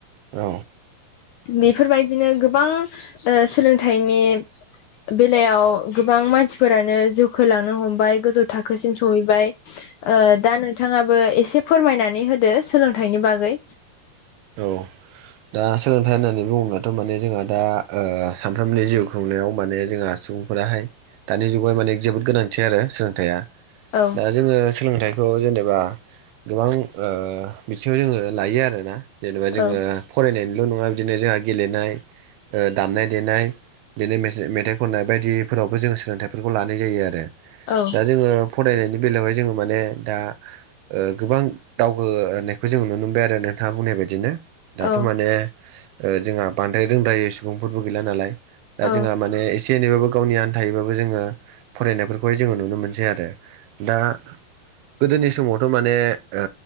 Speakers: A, on the right; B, on the left.
A: औ
B: बिफोरबायदिनो गोबां ओ सोलोंथाइनि बेलायाव गोबां मानसिफोरानो जौखोलांनो हमबाय गोजौ। थाखोसिम सहैबाय ओ दा नोंथाङाबो एसे फोरमायनानै होदो सोलोंथाइनि बागै।
A: औ दा सोलोंथाइ होननानै बुङोब्लाथ' माने जोंहा दा ओ सानफ्रोमनि जिउ खुंनायाव माने जोंहा सुबुंफोराहाय दानि जुगाव माने जोबोद गोनांथि आरो सोलोंथाइया।
B: औ
A: दा जोङो सोलोंथाइ बेखौ जेनेबा गोबां बिथिङाव जोङो लायो आरोना जेनेबा जोङो
B: औ
A: फरायनायनिल' नङा बिदिनो जोंहा गेलेनाय ओ दामनाय देनाय बिदिनो मेथाइ खननाय बायदिफोरावबो जोङो सोलोंथाइफोरखौ लानाय जायो आरो।
B: औ
A: दा जोङो फरायनायनि बेलायावहाय जोङो माने दा गोबां दावगानायखौ जों नुनो मोनबाय आरो नोंथाङा बुंनाय बायदि। बिदिनो दाथ'
B: औ
A: माने जोंहा बांद्राय रोंद्रायै सुबुंफोरबो गैला नालाय। दा
B: औ
A: जोंहा माने एसे एनैबाबो गावनि आनथायै बाबो जोङो फरायनायफोरखौहाय जोङो नुनो मोनसै आरो। दा गोदोनि समावथ' माने ओ